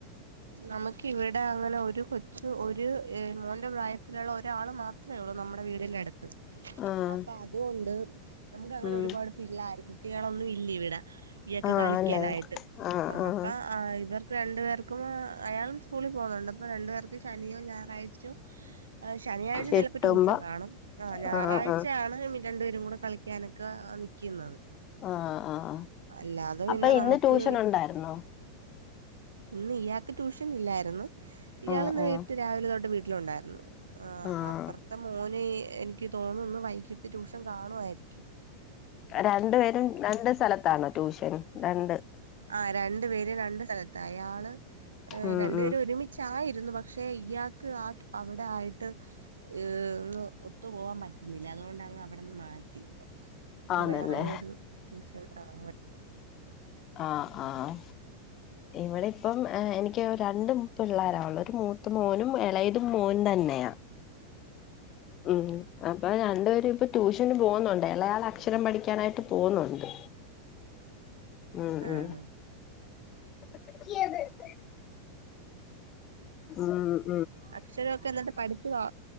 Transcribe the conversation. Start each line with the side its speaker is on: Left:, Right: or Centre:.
Right: നമുക്ക് ഇവിടെ അങ്ങനെ ഒരു കൊച്ചു ഒരു മോന്റെ പ്രായത്തിലുള്ള ഒരാൾ മാ ത്രേ ഉള്ളൂ നമ്മുടെ വീടിന്റെ അടു
Left: ആഹ്
Right: അപ്പൊ അതുകൊണ്ട് നമുക്ക് അങ്ങനെ
Left: ഉം
Right: ഒരുപാട് പിള്ളാര് കുട്ടികളൊന്നും ഇല്ല ഇവിടെ. ഇയൊക്കെ
Left: ആഹ്
Right: കളിക്കാനായിട്ട്
Left: അല്ലേ ആഹ്
Right: ആ
Left: ആഹ്
Right: അപ്പൊ ഇവർ രണ്ടു പേർക്കും അയാളും സ്കൂളിൽ പോകുന്നുണ്ട് അപ്പൊ രണ്ടു പേർക്ക് ശനിയോ ഞായറാഴ്ചോ ശനിയാഴ്ച
Left: കിട്ടുമ്പോ
Right: ചിലപ്പോ ട്യൂഷൻ കാണും ആ ഞായറാഴ്ചയാണ്
Left: ആഹ് ആഹ്
Right: രണ്ടു പേരും കൂടെ കളിക്കാനൊക്കെ നി ക്കുന്നത്.
Left: ആഹ് ആഹ്
Right: അല്ലാതെ പിന്നെ
Left: അപ്പൊ ഇന്ന്
Right: നമുക്ക്
Left: ട്യൂഷൻ ഉണ്ടായിരുന്നോ
Right: ഇന്ന് ഇയാൾക്ക് ട്യൂഷൻ ഇല്ലായിരുന്നു ഇയാൾന്ന്
Left: ആഹ് ആഹ്
Right: വീട്ട് രാവിലെ തൊട്ട് വീട്ടിലുണ്ടായിരുന്നു. ആ
Left: ആഹ്
Right: അപ്പുറത്തെ മോന്.. എനിക്ക് തോന്നുന്ന്, വൈകിട്ട് ട്യൂഷൻ കാണുവായിരിക്കും.
Left: രണ്ടു പേരും രണ്ട് സ്ഥലത്താണോ ട്യൂഷൻ? രണ്ട്
Right: ആ.. രണ്ടു പേരും രണ്ട് സ്ഥലത്താ. യാള്
Left: ഉം
Right: രണ്ടുപേരും
Left: ഉം
Right: ഒരുമിച്ച് ചായിരുന്നു. പക്ഷെ, ഇയാക്ക് ആ അവിടെ ആയിട്ട് ഏ.. ഒത്തു പോവാാൻ പറ്റുന്നില്ല, അതുകൊണ്ടങ്ങ് അവിടെന്ന് മാറ്റി ഇപ്പൊ
Left: ആന്നല്ലേ
Right: വേറെ ഒരു ട്യൂഷൻലാ. അ
Left: ആഹ് ആഹ്. ഇവിടെ ഇപ്പം എനിക്ക് രണ്ട് പിള്ളേരാള്ളേ. ഒരു മൂത്ത മോനും ഇളയതും മോൻ തന്നെയാ.. ഉം. അപ്പൊ രണ്ടുപേരും ഇപ്പ ട്യൂഷന് പോന്നുണ്ട്. ഇളയാൾ അക്ഷരം പഠിക്കാനായിട്ട് പോന്നുണ്ട് ഉം,
Right: ആഹ്
Left: ഉം. <unintelligible> മ്മ്
Right: അക്ഷരൊക്കെ എന്നട്ട് പഠിക്കുവോ